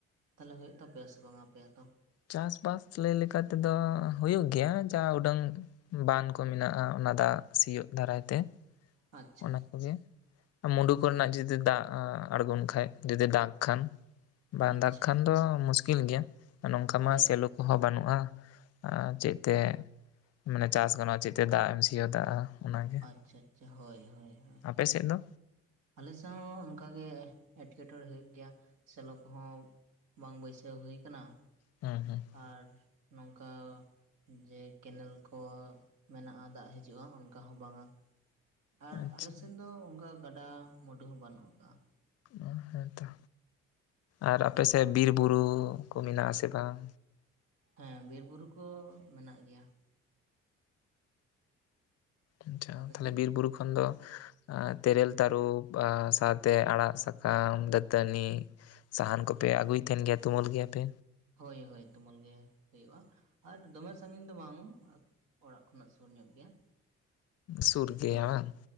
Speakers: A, on the right; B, on the left.
A: ᱛᱟᱦᱞᱮ ᱦᱳᱭᱳᱜ ᱛᱟᱯᱮᱭᱟ ᱥᱮ ᱵᱟᱝᱟ ᱟᱯᱮᱭᱟᱜ ᱫᱚ?
B: ᱪᱟᱥ ᱵᱟᱥ ᱞᱟᱹᱭ ᱞᱮᱠᱟ ᱛᱮᱫᱚ ᱦᱩᱭᱩᱜ ᱜᱮᱭᱟ ᱡᱟ ᱩᱰᱟᱹᱝ ᱵᱟᱸᱱᱫ ᱠᱚ ᱢᱮᱱᱟᱜᱼᱟ ᱚᱱᱟ ᱫᱟᱜ ᱥᱤᱭᱳᱜ ᱫᱟᱨᱟᱭᱛᱮ ᱾
A: ᱟᱪᱪᱷᱟ
B: ᱚᱱᱟ ᱠᱚᱜᱮ, ᱢᱩᱰᱩ
A: ᱟᱪᱪᱷᱟ
B: ᱠᱚᱨᱮᱱᱟᱜ ᱡᱩᱫ ᱫᱟᱜ ᱟᱲᱜᱚᱱ ᱠᱷᱟᱱ ᱡᱩᱫᱤ ᱫᱟᱜ ᱠᱷᱟᱱ ᱵᱟᱝ
A: ᱟᱪᱪᱷᱟ
B: ᱫᱟᱜ ᱠᱷᱟᱱ ᱫᱚ ᱢᱩᱥ ᱠᱤᱞ ᱜᱮᱭᱟ, ᱱᱚᱝᱠᱟ
A: ᱦᱳᱭ
B: ᱢᱟ ᱥᱮᱞᱳ ᱠᱚᱦᱚᱸ ᱵᱟᱹᱱᱩᱜᱼᱟ, ᱪᱮᱫ ᱛᱮ ᱢᱟᱱᱮ ᱪᱟᱥ ᱜᱟᱱᱚᱜᱼᱟ ᱛᱮ ᱫᱟᱜ ᱮᱢ ᱥᱤᱭᱳᱛᱟᱜᱼᱟ ᱚᱱᱟᱜᱮ ᱾
A: ᱟᱪᱪᱷᱟ ᱟᱪᱪᱷᱟ ᱦᱳᱭ ᱦᱳᱭ ᱾
B: ᱟᱯᱮ ᱥᱮᱫ ᱫᱚ?
A: ᱟᱞᱮ ᱥᱟᱶ ᱦᱚᱸ ᱚᱱᱠᱟᱜᱮ ᱮᱸᱴᱠᱮᱴᱚᱲᱮ ᱦᱩᱭᱩᱜ ᱜᱮᱭᱟ ᱥᱮᱞᱚ ᱠᱚᱦᱚᱸ ᱵᱟᱝ ᱵᱟᱹᱭᱥᱟᱹᱣ ᱦᱳᱭ ᱠᱟᱱᱟ ᱾
B: ᱦᱩᱸ ᱦᱩᱸ ᱾
A: ᱟᱨ ᱱᱚᱝᱠᱟ ᱡᱮ ᱠᱮᱱᱮᱞ ᱠᱚ ᱢᱮᱱᱟᱜᱼᱟ ᱫᱟᱜ ᱦᱤᱡᱩᱜᱼᱟ ᱚᱱᱠᱟ ᱦᱚᱸ ᱵᱟᱝᱼᱟ ᱾ ᱟᱨ
B: ᱟᱪᱪᱷᱟ
A: ᱟᱞᱮᱥᱮᱱ ᱫᱚ ᱚᱱᱠᱟ ᱜᱟᱰᱟᱼᱢᱩᱰᱩ ᱦᱚᱸ ᱵᱟᱹᱱᱩᱜ ᱟᱠᱟᱜ-ᱟ ᱾
B: ᱚ ᱦᱮᱸ ᱛᱚ, ᱟᱨ ᱟᱯᱮ ᱥᱮᱫ ᱵᱤᱨ ᱵᱩᱨᱩ ᱠᱚ ᱢᱮᱱᱟᱜ-ᱟ ᱥᱮ ᱵᱟᱝ?
A: ᱦᱮᱸ ᱵᱤᱨ ᱵᱩᱨᱩ ᱠᱚ ᱢᱮᱱᱟᱜ ᱜᱮᱭᱟ ᱾
B: ᱟᱪᱪᱷᱟ,
A: ᱟᱯᱮ
B: ᱛᱟᱦᱞᱮ
A: ᱥᱮᱱ
B: ᱵᱤᱨᱼᱵᱩᱨᱩ ᱠᱷᱚᱱ ᱫᱚ ᱛᱮᱨᱮᱞ, ᱛᱟᱹᱨᱩᱵ ᱥᱟᱶᱛᱮ ᱟᱲᱟᱜ, ᱥᱟᱠᱟᱢ ᱫᱟᱹᱛᱟᱹᱱᱤ ᱥᱟᱦᱟᱱ ᱠᱚᱯᱮ ᱟᱹᱜᱩᱭ ᱛᱟᱦᱮᱱ ᱜᱮᱭᱟ ᱛᱩᱢᱟᱹᱞ ᱜᱮᱭᱟᱯᱮ?
A: ᱦᱳᱭ ᱦᱳᱭ ᱛᱩᱢᱟᱹᱞ ᱜᱮ ᱦᱩᱭᱩᱜᱼᱟ ᱟᱨ ᱫᱚᱢᱮ ᱥᱟᱹᱜᱤᱧ ᱫᱚ ᱵᱟᱝ ᱾ ᱚᱲᱟᱜ ᱠᱷᱚᱱᱟᱜ ᱥᱩᱨ ᱧᱚᱜ ᱜᱮᱭᱟ ᱾
B: ᱥᱩᱨ ᱜᱮᱭᱟ
A: ᱛᱚ
B: ᱵᱟᱝ